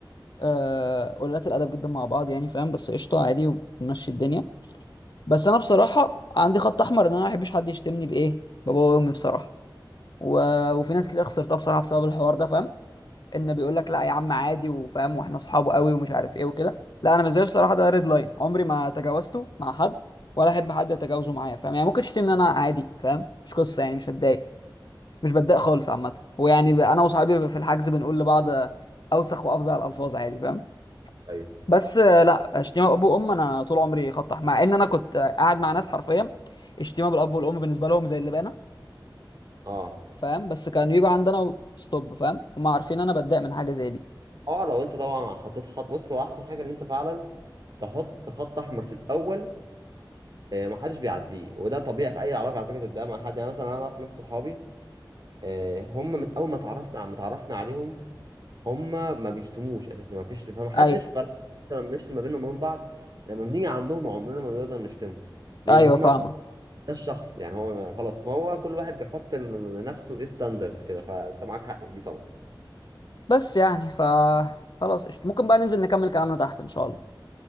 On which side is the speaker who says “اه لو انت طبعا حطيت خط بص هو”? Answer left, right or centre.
Right